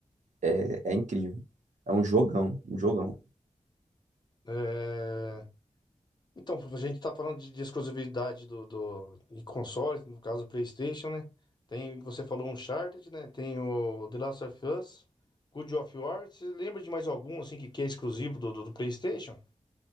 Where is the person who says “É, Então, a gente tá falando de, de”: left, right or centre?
Left